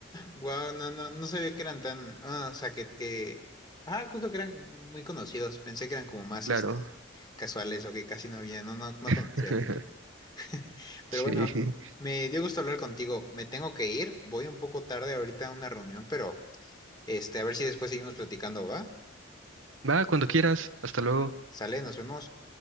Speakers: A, on the left; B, on the right.
A: Wow, no, no, no sabía que eran tan. Ah, o sea que, que. Ah, justo que eran muy conocidos. Pensé que eran como más
B: Claro.
A: este, casuales o que casi no había. No, no, no
B: <laughs>
A: conocía, fíjate. <laughs> Pero
B: Sí.
A: bueno, me dio gusto hablar contigo. Me tengo que ir. Voy un poco tarde ahorita a una reunión, pero este, a ver si después seguimos platicando, ¿va?
B: Va, cuando quieras. Hasta luego.
A: Sale, nos vemos.